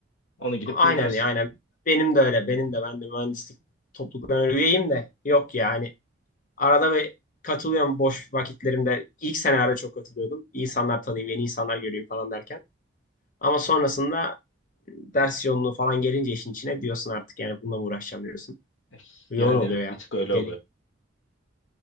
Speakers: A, on the left (about 85°); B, on the left (about 40°).
A: Onu gidip
B: Aynen
A: dinlersin.
B: ya aynen. Benim de öyle. Benim de ben de mühendislik topluluklarına üyeyim de yok yani. Arada bir katılıyorum boş vakitlerimde. İlk senelerde çok katılıyordum. İnsanlar tanıyayım, yeni insanlar göreyim falan derken. Ama sonrasında ders yoğunluğu falan gelince işin içine diyorsun artık yani bununla mı uğraşacağım diyorsun.
A: Eh,
B: Yoğun
A: Yani
B: oluyor
A: evet
B: ya
A: bir tık öyle
B: dediğim.
A: oluyor.